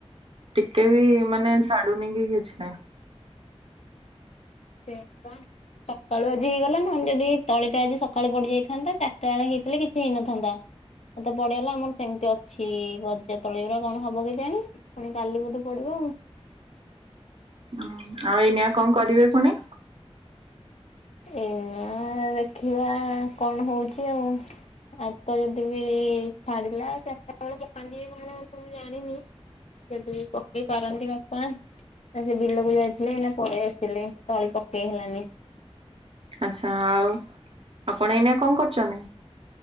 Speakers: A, on the right; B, on the left.
A: ଟିକେ ବି ମାନେ ଛାଡୁନି କି କିଛି ନାହିଁ।
B: ସେ ବା ସକାଳୁ ଆଜି ହେଇଗଲା ନହେଲେ ବି ତଳିଟା ଆଜି ସକାଳୁ ପଡିଯାଇଥାନ୍ତା ଚାରିଟା ବେଳେ ହେଇଥିଲେ କିଛି ହେଇନଥାନ୍ତା ଏତେ ପଡିଗଲା ଆମର ସେମିତି ଅଛି ଵ ସେତ ତଳେର କଣ ହବ କି ଜାଣି ପୁଣି କାଲି ବୋଧେ ପଡିବ ଆଉ।
A: ହଁ ଆଉ ଏଇନିଆ କଣ କରିବେ ପୁଣି।
B: ଏ ନୂଆ ଦେଖିବା କଣ ହଉଛି ଆଉ। ହାତ ଯଦି ବି ଛାଡିଲା ଚାରିଟା ବେଳେ ପକାନ୍ତି କଣ ଜାଣିନି। ଯଦି ପକେଇ ପାରନ୍ତି ବାପା। ନା ସେ ବିଲକୁ ଯାଇଥିଲେ ନା ପଳେଇ ଆସିଲେ ତଳି ପକେଇ ହେଲାନି।
A: ଆଛା ଆଉ ଆପଣ ଏଇନା କଣ କରୁଛନ୍ତି।